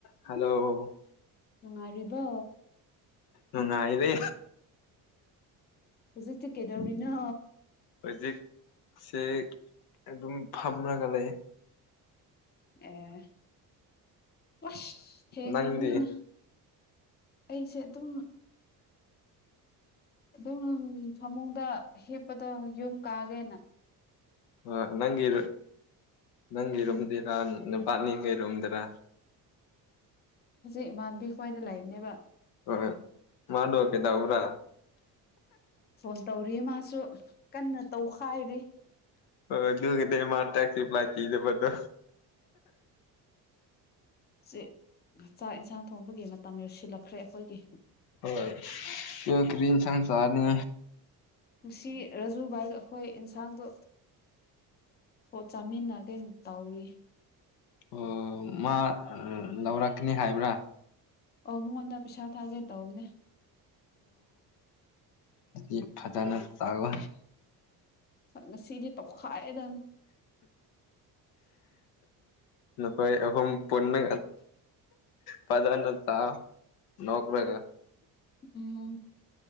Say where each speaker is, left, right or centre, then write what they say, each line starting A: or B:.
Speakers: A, on the left; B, on the left.
A: ꯍꯜꯂꯣ
B: ꯅꯨꯡꯉꯔꯤꯕꯣ
A: ꯅꯨꯡꯉꯥꯏꯔꯦ
B: ꯍꯧꯖꯤꯛ ꯗꯦ ꯀꯩꯇꯦꯔꯤꯅꯣ
A: ꯍꯧꯖꯤꯛꯁꯦ ꯑꯗꯨꯝ ꯐꯝꯔꯒ ꯂꯩ
B: ꯑꯥ ꯑꯥꯏꯁ ꯊꯦꯪꯈꯔꯕꯅꯤꯅꯥ
A: ꯅꯪꯗꯤ
B: ꯑꯩꯁꯦ ꯑꯗꯨꯝ ꯑꯗꯨꯝ ꯐꯃꯨꯡꯗ ꯍꯤꯞꯄꯗꯣ ꯌꯨꯝ ꯀꯥꯀꯦ ꯅꯥ
A: ꯑꯥ ꯉꯒꯦ ꯅꯪꯒꯤꯔꯣꯝꯗꯦ ꯅꯨꯄꯥꯅꯤ ꯀꯩꯔꯣꯨꯝꯗꯔꯥ
B: ꯍꯧꯖꯤꯛ ꯏꯃꯥꯟꯕꯤ ꯈ꯭ꯋꯥꯏꯗ ꯂꯩꯕꯅꯤ ꯕꯥ
A: ꯍꯣ꫰ꯍꯣꯌ꫰ꯃꯗꯣ ꯀꯩꯇꯦꯕꯔꯥ
B: ꯐꯣꯟ ꯇꯧꯔꯤ ꯃꯥꯁꯨ ꯀꯟꯅ ꯇꯧꯈꯥꯏꯔꯤ
A: ꯑꯗꯨ ꯃꯥꯔ ꯇꯁꯤꯄ꯭ꯂꯥꯏ ꯑꯦꯗꯥꯄꯥꯗꯣ
B: ꯆ ꯆꯥꯛ ꯌꯦꯟꯁꯥꯡ ꯊꯣꯡꯕꯒꯤ ꯃꯇꯥꯝ ꯌꯧꯁꯤꯜꯂꯛꯈ꯭ꯔꯦ ꯑꯩꯈꯣꯏꯒꯤ
A: ꯍꯣꯏ ꯀ ꯀꯔꯤ ꯑꯦꯟꯁꯪ ꯑꯗꯨ ꯁꯟ ꯆꯥꯔꯅꯤ
B: ꯅꯨꯡꯁꯤ ꯔꯥꯖꯨꯕꯥꯏꯒ ꯑꯩꯈꯣꯏ ꯏꯟꯁꯥꯡꯗꯣ ꯍꯣ ꯆꯥꯃꯤꯟꯅ ꯀꯩ ꯅꯤ ꯇꯧꯔꯤ
A: ꯑꯣ ꯃꯥ ꯂꯧꯔꯛꯀꯅꯤ ꯍꯥꯏꯕꯔꯥ
B: ꯑꯣ ꯃꯣꯍꯣꯟꯗ ꯄꯤꯁꯥ ꯊꯥꯒꯦ ꯇꯅꯦ
A: ꯑꯦ ꯐꯖꯅꯥ ꯁꯥ ꯑꯣꯖ
B: ꯉꯁꯤꯗꯤ ꯇꯧꯈꯥꯏꯑꯦꯗ
A: ꯅꯈꯣ ꯑꯍꯨꯝ ꯄꯨꯟꯅ ꯐꯖꯅ ꯆꯥꯑꯣ ꯅꯧꯀꯔ ꯀ
B: ꯎꯝ